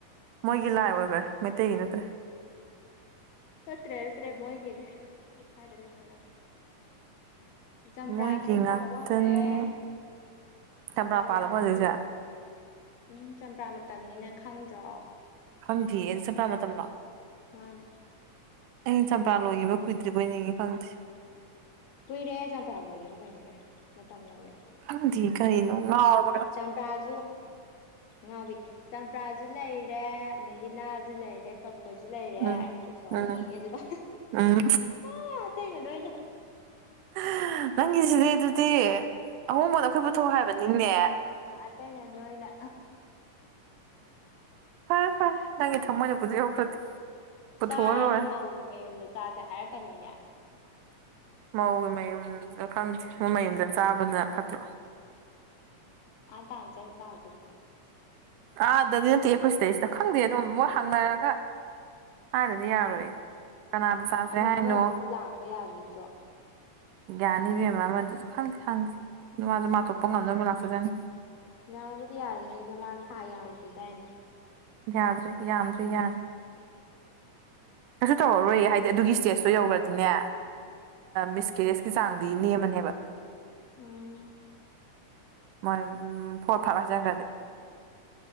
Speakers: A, on the right; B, on the left.
A: ꯃꯣꯏꯒꯤ ꯂꯥꯏ ꯑꯣꯏꯒ꯭ꯔꯦ ꯃꯩꯇꯩꯒꯤ ꯅꯠꯇ꯭ꯔꯦ
B: ꯅꯠꯇ꯭ꯔꯦ ꯅꯠꯇ꯭ꯔꯦ ꯃꯣꯏꯒꯤꯅꯦ ꯁ꯭ꯋꯥꯏꯗ ꯂꯩꯁꯜꯂꯒ ꯆꯝꯄ꯭ꯔꯥꯁꯦ
A: ꯃꯣꯏꯒꯤ ꯉꯥꯛꯇꯅꯤ
B: ꯆꯥꯎꯕ ꯍꯧꯔꯛꯑꯦ
A: ꯆꯝꯄ꯭ꯔꯥ
B: ꯆꯥꯕ
A: ꯄꯥꯂꯕꯣ
B: ꯌꯥꯔꯅꯤ
A: ꯍꯧꯖꯤꯛꯁꯦ
B: ꯎꯝ ꯆꯝꯄ꯭ꯔꯥ ꯃꯇꯝꯅꯤ ꯅꯪ ꯈꯪꯗ꯭ꯔꯣ
A: ꯈꯪꯗꯦ ꯑꯗꯨ ꯆꯝꯄ꯭ꯔꯥ ꯃꯇꯝ ꯂꯣ
B: ꯃꯥꯅꯦ
A: ꯑꯩ ꯆꯝꯄ꯭ꯔꯥ ꯂꯣꯏꯒꯤꯕ ꯀꯨꯏꯗ꯭ꯔꯤꯕꯣꯏ ꯅꯤꯡꯉꯤ ꯈꯪꯗꯦ
B: ꯀꯨꯏꯔꯦ ꯆꯝꯄ꯭ꯔꯥ ꯂꯣꯏꯈꯤꯕ ꯀꯩꯅꯣ ꯑꯦ ꯃꯇꯝ ꯌꯧꯔꯦ
A: ꯈꯪꯗꯦ ꯀꯔꯤꯅꯤ ꯉꯥꯎꯔꯕꯣ
B: ꯆꯝꯄ꯭ꯔꯥꯁꯨ ꯉꯥꯎꯕꯤ ꯆꯝꯄ꯭ꯔꯥꯁꯨ ꯂꯩꯔꯦ ꯑꯗꯒꯤ ꯂꯥꯁꯨ ꯂꯩꯔꯦ ꯐꯣꯏꯁꯨ ꯂꯩꯔꯦ
A: ꯎꯝ
B: ꯑꯩꯅ ꯄꯨꯊꯣꯛꯑꯅꯤ
A: ꯎꯝ
B: ꯑꯗꯨꯒ
A: ꯎꯝ
B: ꯑ ꯑꯇꯩꯩꯅ ꯅꯣꯏꯅ
A: ꯍꯥ ꯅꯪꯒꯤꯖꯤꯗꯤ ꯑꯗꯨꯗꯤ ꯑꯍꯣꯡꯕꯗꯣ ꯑꯈꯣꯏ ꯄꯨꯊꯣꯛ ꯍꯥꯏꯕꯅꯤꯅꯦ
B: ꯑꯇꯩꯅ ꯅꯣꯏꯅ
A: ꯐꯔꯦ ꯐꯔꯦ ꯅꯪꯒꯤ ꯊꯃꯣꯏꯅꯕꯨ ꯑꯗꯨ ꯌꯧꯈ꯭ꯔꯗꯤ ꯄꯨꯊꯣꯛꯑ
B: ꯆꯥꯔꯗꯤ
A: ꯂꯣꯏꯔꯦ
B: ꯃꯧꯒꯤ ꯃꯌꯨꯝꯗ ꯆꯥꯁꯦ ꯍꯥꯏꯔꯛꯀꯅꯤꯅꯦ
A: ꯃꯧꯒꯤ ꯃꯌꯨꯝꯗ ꯈꯪꯗꯦ ꯃꯣꯏ ꯃꯌꯨꯝꯗ ꯆꯥꯕꯗꯨꯅ ꯐꯠꯇ꯭ꯔꯣ
B: ꯑꯥ ꯇꯥꯥꯅ ꯆꯠꯂ ꯆꯥꯔꯨꯗꯣꯢꯕ
A: ꯑꯥꯗꯗꯤ ꯅꯠꯇꯦ ꯑꯩꯈꯣꯏ ꯁꯤꯗꯩꯁꯤꯗ ꯈꯪꯗꯦ ꯑꯗꯨꯝ ꯃꯣꯏ ꯍꯥꯡꯅꯔꯒ ꯍꯥꯏꯅꯗꯤ ꯌꯥꯔꯣꯏ ꯀꯅꯥꯗ ꯆꯥꯁꯦ
B: ꯑꯃ
A: ꯍꯥꯏꯅꯣ
B: ꯑꯃꯗꯨꯕꯨ ꯂꯥꯛꯄ ꯌꯥꯈꯤꯗ꯭ꯔꯣ
A: ꯌꯥꯅꯤ ꯏꯕꯦꯝꯃ ꯑꯃꯗꯨꯁꯨ ꯈꯪꯗꯦ ꯈꯪꯗꯦ ꯃꯥꯁꯨ ꯃꯥ ꯊꯣꯛꯄ ꯉꯝꯅꯕ ꯂꯥꯛꯆ ꯖꯅꯤ
B: ꯌꯥꯕꯨꯗꯤ ꯌꯥꯔꯤꯅꯤꯗ ꯃꯥ ꯊꯥ ꯌꯥꯝꯗ꯭ꯔꯤꯗꯥꯏꯅꯦ
A: ꯌꯥꯗ꯭ꯔꯦ ꯌꯥꯝꯗ꯭ꯔꯤ ꯌꯥꯟ ꯀꯩꯁꯨ ꯇꯧꯔꯔꯣꯏ
B: ꯎꯝ
A: ꯍꯥꯏꯗꯤ ꯑꯗꯨꯒꯤ ꯁ꯭ꯇꯦꯖꯇꯣ ꯌꯧꯈ꯭ꯔꯗꯤꯅꯦ ꯃꯤꯁ ꯀꯦꯔꯦꯖ ꯆꯥꯡꯗꯤ ꯅꯦꯝꯃꯅꯦꯕ
B: ꯎꯝ
A: ꯃꯣꯏ ꯎꯝ ꯐꯣꯔ ꯐꯥꯏꯚ ꯍꯥꯏꯖꯟꯈ꯭ꯔꯗꯤ